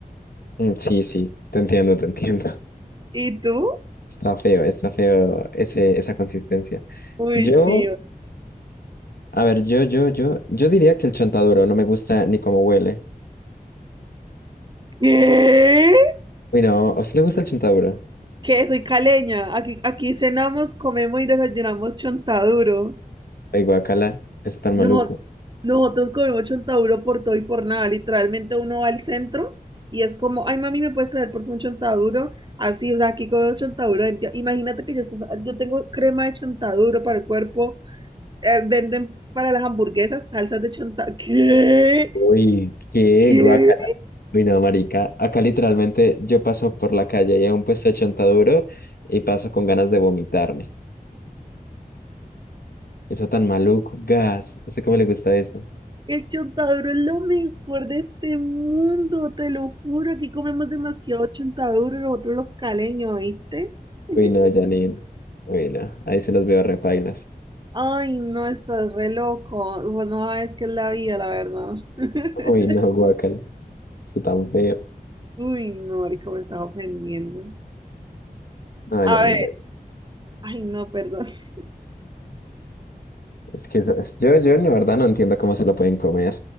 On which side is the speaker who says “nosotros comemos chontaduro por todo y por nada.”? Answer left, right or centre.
Right